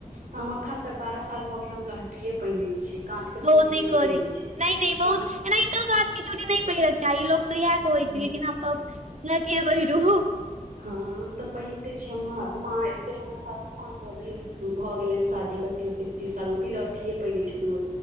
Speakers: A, on the right; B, on the right.
A: हम अखन तक बारह साल भऽ गेल हम लहठीए पहिनै छी काँचके
B: बहुत
A: चूड़ी
B: नहि
A: नै
B: करै
A: पहिनै
B: छै
A: छी काँच
B: नहि नहि बहुत एनाहितो काँच के चूड़ी नै पहिरैक चाही लोक तऽ इहा कहै
A: हँ
B: छै लेकिन हमकहब लहठीय पैहिरू
A: हँ हम तऽ पहिनते छी हम माँ एत्तहमर सासू माँ के अभी भऽ गेलनि शादीके तीस से तीस साल ओ भी लहठीए पहिनै छथून